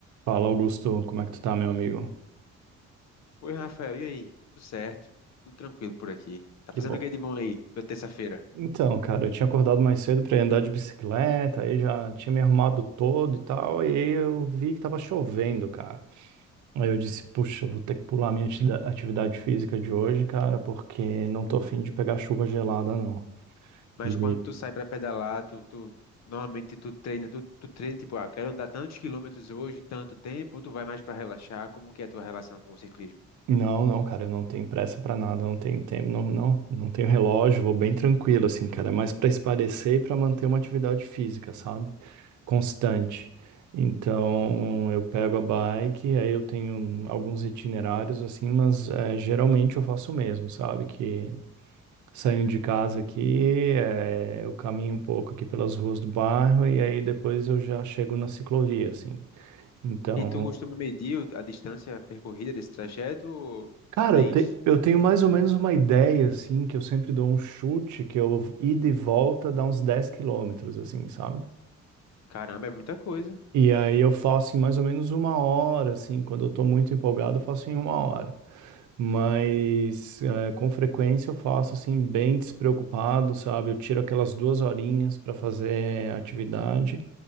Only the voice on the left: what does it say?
Oi, Rafael, e aí? Tudo certo? Tudo tranquilo por aqui. Tá
fazendo
o que de bom aí, tua terça-feira?
Mas
quando tu sai pra pedalar, tu, tu- normalmente tu treina, tu, tu treina tipo, ah, quero andar tantos quilômetros hoje em tanto tempo, ou tu vai mais pra relaxar? Como que é a tua relação com o ciclismo?
E tu costuma medir o- a distância percorrida desse trajeto ou,
ou nem
isso?
Caramba, é muita coisa.